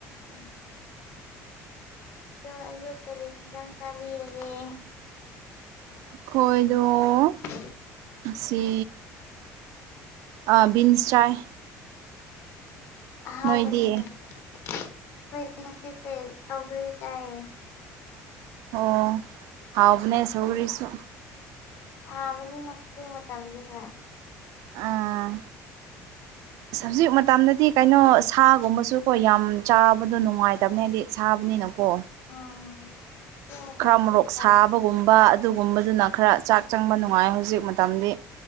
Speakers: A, on the left (about 45°); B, on the right (about 60°).
A: ꯎꯝ ꯑꯗꯣ ꯑꯌꯨꯛ ꯀꯔꯤ ꯍꯤꯟꯖꯥꯡ ꯆꯥꯕꯤꯔꯒꯦ
B: ꯑꯩꯈꯣꯏꯗꯣ
A: <unintelligible>
B: ꯁꯤ ꯑ‌ ꯕꯤꯟꯁ ꯆꯥꯏ
A: ꯑ ꯍꯥꯎꯕꯅꯤꯅꯦ
B: ꯅꯣꯏꯗꯤ
A: ꯑꯩꯈꯣꯏ ꯉꯁꯤꯁꯦ ꯁꯧꯒꯔꯤ ꯆꯥꯏꯌꯦ
B: ꯑꯣ ꯍꯥꯎꯕꯅꯦ ꯁꯧꯒꯔꯤꯁꯨ
A: ꯁꯥꯕꯅꯤꯅ ꯍꯧꯖꯤꯛ ꯃꯇꯝꯗꯤ ꯍꯣꯏ
B: ꯎꯝ ꯁꯥꯞꯖꯤꯛ ꯃꯇꯝꯗꯗꯤ ꯀꯩꯅꯣ ꯁꯥꯒꯨꯝꯕꯁꯨꯀꯣ ꯌꯥꯝ ꯆꯥꯕꯗꯣ ꯅꯨꯡꯉꯥꯏꯇꯕꯅꯦ ꯍꯥꯏꯗꯤ ꯁꯥꯕꯅꯤꯅꯀꯣ
A: ꯎꯝ ꯍꯧꯖꯤꯛ ꯍꯧꯖꯤꯛ ꯃꯇꯝꯁꯦ
B: ꯈꯔ ꯃꯣꯔꯣꯛ
A: ꯁꯥꯕꯅꯤ
B: ꯁꯥꯕꯒꯨꯝꯕ ꯑꯗꯨꯒꯨꯝꯕꯗꯨꯅ ꯈꯔ ꯆꯥꯛ ꯆꯪꯕ ꯅꯨꯡꯉꯥꯏ ꯍꯧꯖꯤꯛ ꯃꯇꯝꯗꯤ